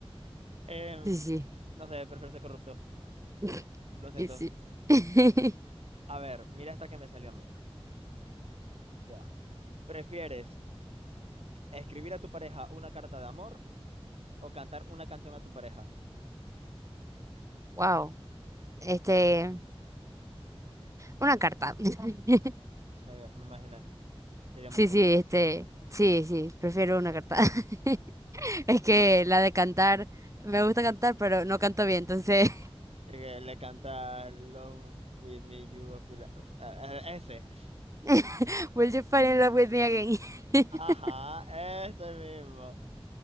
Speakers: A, on the right; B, on the right.
A: Em,
B: Sí, sí,
A: no sé, prefiero ser corrupto.
B: <laughs>
A: Lo siento.
B: y sí. <laughs>
A: A ver, mira esta que me salió a mí. Ya. va. ¿Prefieres escribir a tu pareja una carta de amor o cantar una canción a tu pareja?
B: Wow. Este, una carta. <laughs>
A: Eh, me imaginé, sería muy
B: Sí,
A: tú.
B: sí, este, sí, sí, prefiero una carta. <laughs> Es que la de cantar, me gusta cantar, pero no canto bien, entonces,
A: Y que le canta Love with me, you, I feel- like- eh, eh, ese.
B: <laughs> Will you fall in love with me again?
A: Ajá,
B: <laughs>
A: ese mismo.